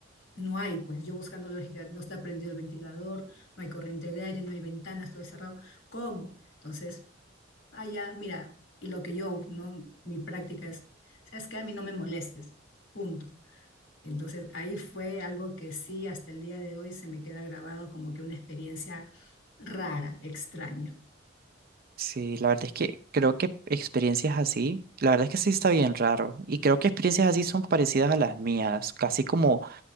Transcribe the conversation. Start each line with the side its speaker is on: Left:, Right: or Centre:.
Left: no hay, pues yo buscando lógica, no está prendido el ventilador, no hay corriente de aire, no hay ventanas, todo es cerrado. ¿Cómo? Entonces, allá, mira, y lo que yo, no, mi práctica es, sabes que a mí no me molestes, punto. Entonces, ahí fue algo que sí, hasta el día de hoy se me queda grabado como que una experiencia rara, extraña.
Right: Sí, la verdad es que creo que experiencias así, la verdad es que sí está bien raro, y creo que experiencias así son parecidas a las mías, casi como